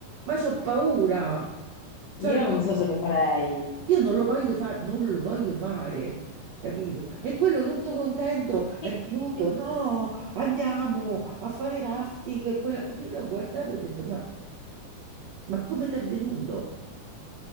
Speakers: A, on the right; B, on the left.
A: Ma c'ho paura. Cioè,
B: Io
A: no-
B: non so se lo farei.
A: io non lo voglio fare, non lo voglio fare, capito? E quello tutto contento
B: <laughs>
A: è venuto, no, andiamo a fare rafting. e Quella... Io l'ho guardato e ho detto, ma, ma come ti è venuto?